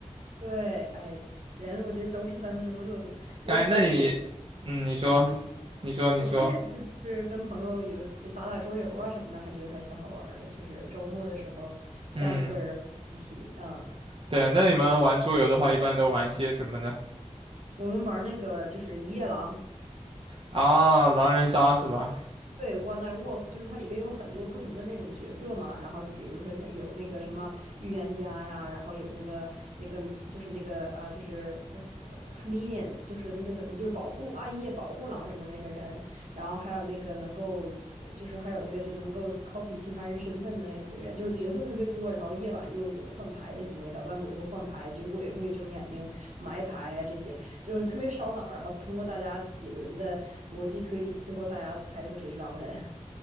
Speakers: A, on the right (about 75°); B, on the right (about 50°).
A: 对，哎，人我觉得都是三分钟热度。我我平时，
B: 哎，那你，嗯，你说，
A: 嗯，
B: 你说，你说，
A: 我平时也是，就是跟朋友有就打打桌游啊什么的，还觉得还挺好玩儿的。就是周末的时候，三五个人一起，
B: 嗯。
A: 嗯，
B: 对，那你们玩桌游的话，一般都玩些什么呢？
A: 我们玩儿那个就是一夜狼。
B: 啊，狼人杀是吧？
A: 对，One Night Wolf 就是它里边有很多不同的那种角色嘛，然后就比如说像有那个什么预言家呀，然后有那个那个就是那个啊，就是的怎么 Minions，就是那个怎么就是保护暗夜保护狼人的那个人，然后还有那个能够其，就是还有那个就能够 copy 其他人身份的那些人，就是角色特别多，然后夜晚又有换牌的行为，捣蛋鬼会换牌，酒鬼会睁眼睛埋牌啊，这些就是特别烧脑。然后通过大家几轮的逻辑推理，最后大家猜出谁是狼人。<laughs>